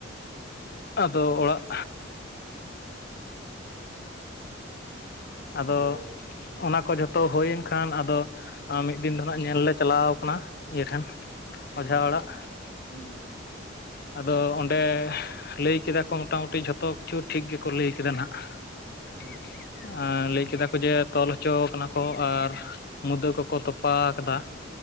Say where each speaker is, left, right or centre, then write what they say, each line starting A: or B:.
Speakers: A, on the left; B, on the right.
A: ᱟᱫᱚ ᱚᱲᱟᱜ
B: <inaudible>
A: ᱟᱫᱚ
B: ᱫᱮ
A: ᱚᱱᱟ ᱠᱚ ᱡᱷᱚᱛᱚ ᱦᱩᱭᱮᱱ ᱠᱷᱟᱱ ᱟᱫᱚ ᱢᱤᱫ ᱫᱤᱱ ᱫᱚ ᱱᱟᱜ ᱧᱮᱞ ᱞᱮ ᱪᱟᱞᱟᱣ ᱠᱟᱱᱟ, ᱤᱭᱟᱹ ᱴᱷᱮᱱ
B: ᱦᱩᱸ
A: ᱚᱡᱷᱟ ᱚᱲᱟᱜ,
B: ᱦᱩᱸ
A: ᱟᱫᱚ ᱚᱸᱰᱮ ᱞᱟᱹᱭ ᱠᱮᱫᱟ ᱠᱚ ᱢᱚᱴᱟᱢᱩᱴᱤ ᱡᱷᱚᱛᱚ ᱠᱤᱪᱷᱩ ᱴᱷᱤᱠ ᱜᱮᱠᱚ ᱞᱟᱹᱭ ᱠᱮᱫᱟ ᱱᱟᱜ
B: ᱦᱩᱸ
A: ᱾ ᱞᱟᱹᱭ ᱠᱮᱫᱟ ᱠᱚ ᱡᱮ ᱛᱚᱞ ᱦᱚᱪᱚᱣᱟ ᱠᱟᱱᱟ ᱠᱚ ᱟᱨ ᱢᱩᱫᱟᱹ ᱠᱚᱠᱚ ᱛᱚᱯᱟ ᱟᱠᱟᱫᱟ